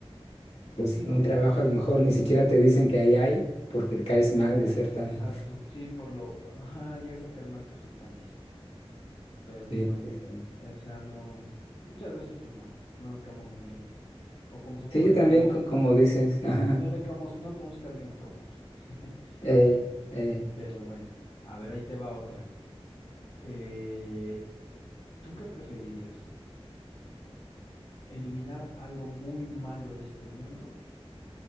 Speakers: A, on the left; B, on the left.
A: pues,
B: sí,
A: un
B: no,
A: trabajo a lo mejor ni siquiera te dicen que ahí hay, porque te caes mal de ser tan...
B: exacto, sí, por lo, ajá, llegas a caer mal por ser tan listo, ¿no? Pero pues
A: Sí,
B: bueno,
A: sí, sí.
B: o sea, no, muchas veces pues no, no le caemos muy bien. O cómo se
A: Sí,
B: podrá
A: yo
B: decir,
A: también,
B: no,
A: co- como dices, ajá,
B: no le caemos, no podemos caer bien a todo el mundo. <laughs>
A: ey, ey,
B: Pero bueno, a ver, ahí te va otra. Eh, ¿tú qué preferirías? ¿Eliminar algo muy malo de este mundo